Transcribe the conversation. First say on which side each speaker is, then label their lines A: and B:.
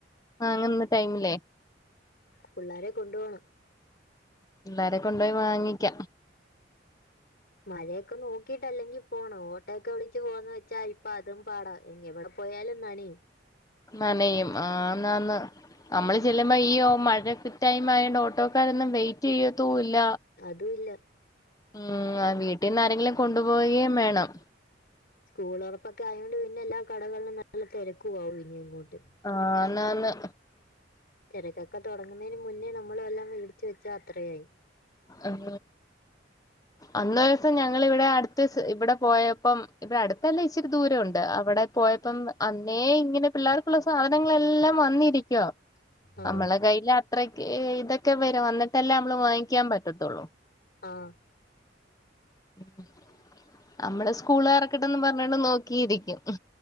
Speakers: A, on the left; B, on the left.
A: വാങ്ങുന്ന ടൈമിലെ,
B: പിള്ളാരെ കൊണ്ടു പോണം.
A: പിള്ളാരെ കൊണ്ടോയി വാങ്ങിക്ക.
B: മഴയൊക്ക നോക്കിട്ടല്ലെങ്കി പോണം. ഓട്ടോയൊക്കെ വിളിച്ച് പോകാന്ന് വെച്ചാ ഇപ്പതും പാടാ. എങ്കിൽ ഇവടെ, പോയാലും നനയും
A: നനയും ആന്നാന്ന്. നമ്മള് ചെല്ലുമ്പ. മഴ ടൈമായോണ്ട് ഓട്ടോക്കാരൊന്നും വെയ്റ്റെയ്യത്തൂല്ല.
B: അതുല്ല.
A: ഉം ആഹ് വീട്ടീന്നാരെങ്കിലും കൊണ്ടു പോവ്കയും വേണം.
B: സ്കൂളൊറപ്പൊക്കായോണ്ട് പിന്നെല്ലാ കടകളിലും നല്ല തെരക്കു ആവും ഇനി അങ്ങോട്ട്.
A: ആന്നാന്ന്.
B: തെരക്കൊക്കെ തൊടങ്ങുന്നയ്ന് മുന്നേ നമ്മളെല്ലാം മേടിച്ച് വച്ച അത്രയായി.
A: ഉം അന്ന് ഒരൂസം ഞങ്ങളിവിടെ അട്ത്ത് ഇവടെ പോയപ്പം, ഇവടട്ത്തല്ല ഇച്ചിരി ദൂരംണ്ട്. അവടെ പോയപ്പം അന്നേ ഇങ്ങനെ പിള്ളേർക്കുള്ള സാനങ്ങളെല്ലാം വന്നിരി ക്കുവാ
B: ആ
A: നമ്മളെ കൈൽ അത്രക്കിതൊക്കെ വരും വന്നിട്ടല്ലേ നമ്മള് വാങ്ങിക്കാൻ പറ്റത്തൊള്ളൂ.
B: ആഹ്
A: <inaudible> നമ്മള് സ്കൂളൊറക്കട്ടെന്നും പറഞ്ഞോണ്ട് നോക്കിയിരിക്കും.